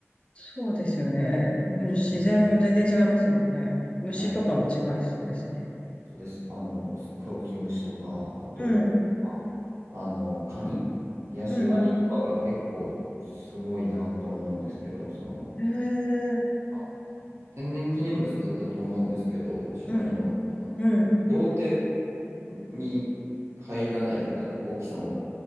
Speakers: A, on the left; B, on the right.
A: そうですよね。うん、自然も全然違いますもんね。
B: うん。
A: 虫とかも違いそうですね。
B: はい。そうです。あの、クキムシとか、あと、
A: うん、
B: ああの、カニヤシガニとかが結構すごいなと思うんですけど、
A: うん。
B: その、
A: へえ、
B: あ天然記念物だったと思うんですけど、ヤシガニは、
A: うん、
B: あの
A: うん。
B: 両手に入らないくらいの大きさの